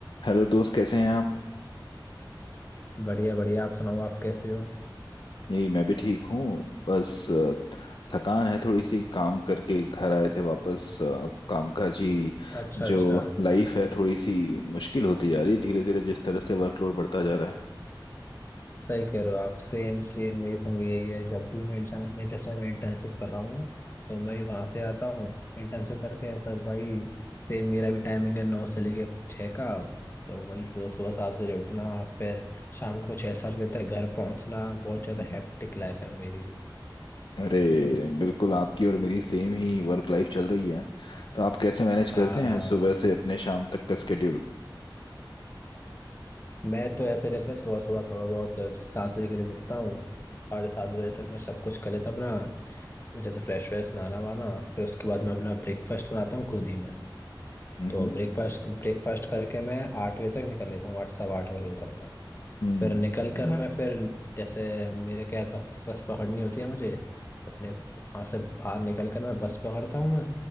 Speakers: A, on the left; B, on the left.
A: Hello दोस्त कैसे हैं आप
B: बढ़िया बढ़िया आप सुनाओ आप कैसे हो
A: यही मैं भी ठीक हूँ बस अ, थकान है थोड़ी सी काम करके घर आए थे वापस अ, कामकाजी
B: अच्छा अच्छा
A: जो लाइफ है थोड़ी सी मुश्किल होती जा रही है धीरे धीरे जिस तरह से वर्कलोड बढ़ता जा रहा है
B: सही कह रहे हो आप सेम सेम मेरे संग भी यही है जब भी मैं इंटर्न मैं जैसे मैं इंटर्नशिप कर रहा हूँ तो मैं वहां से आता हूँ इंटर्नशिप करके तो भाई सेम मेरा भी टाइमिंग है नौ से लेके छः का तो वही सुबह सुबह सात बजे उठना फिर शाम को छः सात बजे तक घर पहुंचना बहुत ज़्यादा
A: हम्म। हम्म।
B: हैप्टिक लाइफ है मेरी भी
A: अरे बिल्कुल आपकी और मेरी सेम ही वर्क लाइफ चल रही है तो आप कैसे मैनेज
B: हाँ
A: करते हैं
B: हाँ
A: सुबह से अपने शाम तक का स्केड्यूल
B: मैं तो ऐसे जैसे सुबह सुबह थोड़ा बहुत जो सात बजे करीब उठता हूँ साढ़े सात बजे तक मैं सब कुछ कर लेता हूँ अपना मैं जैसे फ्रेश व्रेश नहाना वाना फिर उसके बाद मैं अपना ब्रेकफास्ट बनाता हूँ खुद ही मैं
A: हम्म
B: तो ब्रेकफास्ट ब्रेकफास्ट करके मैं आठ बजे तक निकल लेता हूँ आठ सवा आठ बजे तक मैं
A: हम्म
B: फिर निकल कर हम्म मैं फिर जैसे मेरे क्या है, बस बस पकड़नी होती है मुझे तो अपने वहाँ से बाहर निकल कर मैं बस पकड़ता हूँ मैं